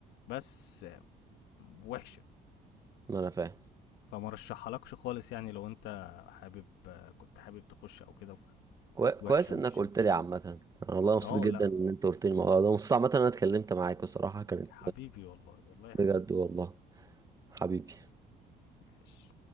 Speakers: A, on the left (about 90°); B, on the right (about 20°).
A: بس آه، وحشة
B: ما انا فاهم
A: فما رشحلكش خالص يعني لو انت حابب كنت حابب تخش او كده ف-
B: كوي... كويس
A: وحشه
B: انك
A: وحشه
B: قلت
A: وحشه
B: لي عامة انا والله مبسوط
A: اه
B: جدا
A: لا
B: ان انت قلت لي الموضوع ده مبسوط عامة إن انا اتكلمت معاك بصراحة كانت
A: حبيبي والله والله يا
B: بجد
A: حبيبي
B: والله حبيبي
A: ماشي